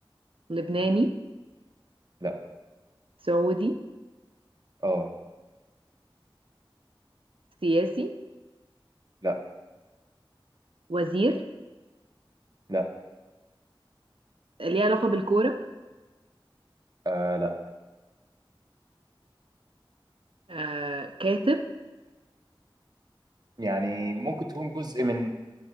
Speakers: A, on the right (about 80°); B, on the right (about 45°).
A: لبناني
B: لا
A: سعودي
B: اه
A: سياسي
B: لا
A: وزير
B: لا
A: ليه علاقة بالكورة
B: آه لا
A: آه، كاتب
B: يعني ممكن تكون جزء من